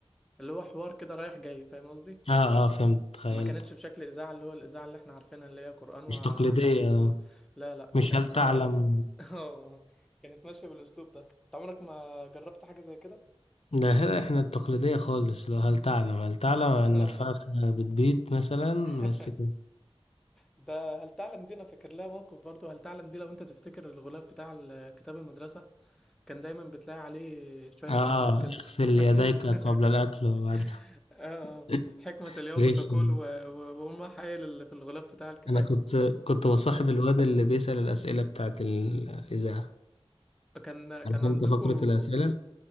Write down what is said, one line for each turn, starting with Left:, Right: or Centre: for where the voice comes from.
Centre: اللي هو حوار كده رايح جاي فاهم قصدي
Left: اه اه فهمت تخيلت
Centre: ما كانتش بشكل إذاعة اللي هو الإذاعة اللي احنا عارفينها اللي هي قرآن وأحاديث
Left: مش تقليدية آه.
Centre: و... لا لا
Left: مش
Centre: كانت
Left: هل تعلم
Centre: عارف انت <laughs> اه آه. كانت ماشية بالأسلوب ده انت عمرك ما جربت حاجة زي كده
Left: ده هنا احنا التقليدية خالص لو هل تعلم هل تعلم ان
Centre: <laughs>
Left: الفرخة
Centre: اه
Left: بتبيض مثلا
Centre: <laughs>
Left: بس كده
Centre: ده هل تعلم دي انا فاكر لها موقف برضو هل تعلم دي لو انت تفتكر الغلاف بتاع ال- كتاب المدرسة كان دايما بتلاقي عليه شوية
Left: اه
Centre: معلومات كده
Left: اغسل
Centre: فاكر
Left: يديك قبل الاكل
Centre: <laughs>
Left: وبعد
Centre: اه
Left: <laughs>
Centre: حكمة اليوم
Left: زي
Centre: تقول
Left: كده.
Centre: و- و- وأم حايل اللي في الغلاف بتاع الكتاب
Left: انا كنت كنت بصاحب الواد اللي بيسأل الأسئلة بتاعت الإذاعة
Centre: كان كان
Left: عارف
Centre: عندكم
Left: انت فقرة الأسئلة